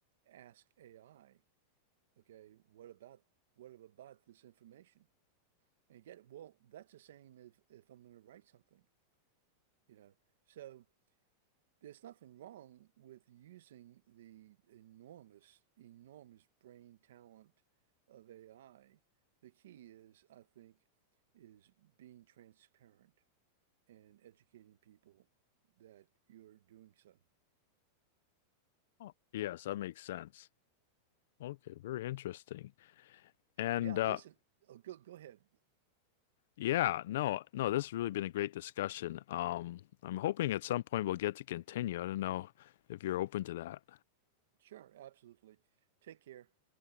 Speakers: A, on the right; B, on the left.
A: ask AI, okay, what about what about this information? And get it. Well, that's the same as if I'm going to write something. you know. So there's nothing wrong with using the enormous, enormous brain talent of AI. The key is, I think, is being transparent and educating people that you're doing so.
B: Oh, yes, that makes sense. Okay, very interesting. And
A: Yeah, listen,
B: uh,
A: oh, go go ahead.
B: yeah, no, no, this has really been a great discussion. Um, I'm hoping at some point we'll get to continue. I don't know if you're open to that.
A: Sure, absolutely. Take care.